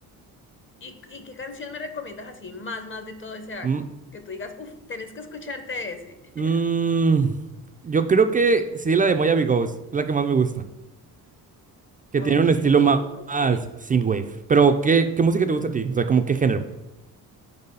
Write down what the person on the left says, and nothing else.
¿Y, y qué canción me recomiendas así, más, más de todo ese álbum?
Que tú digas, uff, tenés que escucharte ese.
<laughs>
Ok,
ok.